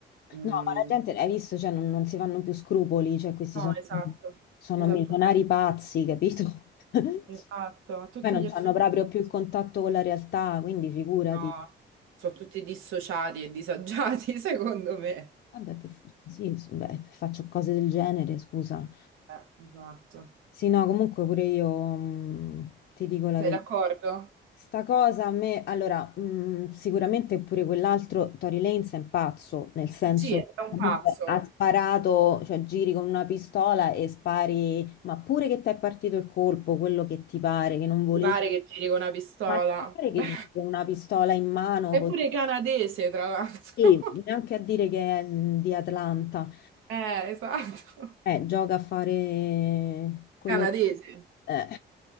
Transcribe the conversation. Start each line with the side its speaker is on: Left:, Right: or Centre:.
Right: mm,
Left: No, ma la gente, hai visto, cioè, non, non si fanno più scrupoli, cioè, questi
Right: No,
Left: sono,
Right: esatto,
Left: sono
Right: esattamente,
Left: milionari pazzi, capito? <laughs>
Right: esatto, a tutti
Left: Poi non
Right: gli effetti.
Left: hanno proprio più il contatto con la realtà, quindi figurati.
Right: No, sono tutti dissociati e disagiati, <laughs> secondo me.
Left: Vabbè, per- sì, s- beh, faccio cose del genere, scusa.
Right: Eh, esatto.
Left: Sì, no, comunque pure io, mh, ti dico la
Right: Sei
Left: verità.
Right: d'accordo?
Left: Sta cosa a me, allora, mm, sicuramente pure quell'altro Tory Lanez è un pazzo, nel senso
Right: Sì, è
Left: che
Right: un
Left: comunque
Right: pazzo.
Left: ha sparato, cioè giri con una pistola e spari, ma pure che ti è partito il colpo, quello che ti pare, che non volevi,
Right: Ti pare che giri con una pistola?
Left: ma ti pare
Right: <laughs> Vabbè.
Left: che giri con una pistola in mano
Right: È
Left: così,
Right: pure canadese, tra l'altro.
Left: Sì, neanche
Right: <laughs>
Left: a dire che è mm, di Atlanta.
Right: Eh, esatto.
Left: Eh, gioca a fare quello...
Right: Canadese,
Left: eh.